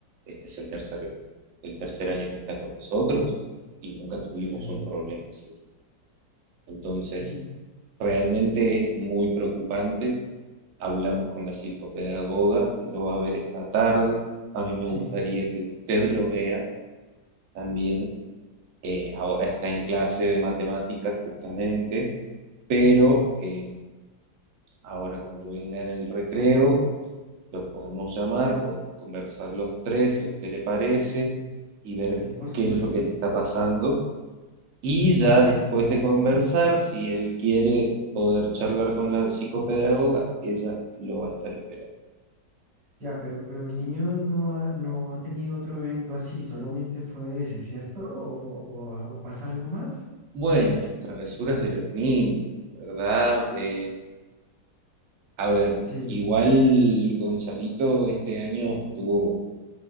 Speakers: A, on the right; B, on the right.
A: este es el tercer, el tercer año que está con nosotros y nunca tuvimos
B: Sí,
A: un problema así. Entonces,
B: Sí,
A: realmente es muy preocupante. Hablamos con la psicopedagoga que lo va a ver esta tarde. A mí me
B: sí,
A: gustaría que usted lo vea también eh, ahora está en clase de matemáticas justamente, pero eh, ahora cuando venga en el recreo, lo podemos llamar, podemos conversar los tres, si a usted le parece, y
B: sí,
A: ver
B: por supuesto.
A: qué es lo que le está pasando. Y
B: Sí,
A: ya después de conversar, si él quiere poder charlar con la psicopedagoga, ella lo va a estar esperando.
B: ya, pero, pero el niño no ha, no ha tenido otro evento así, solamente fue ese, ¿cierto? ¿O, o, o o pasa algo más?
A: Bueno, las travesuras de los niños, ¿verdad? Eh, a ver,
B: Sí,
A: igual Gonzalito este año estuvo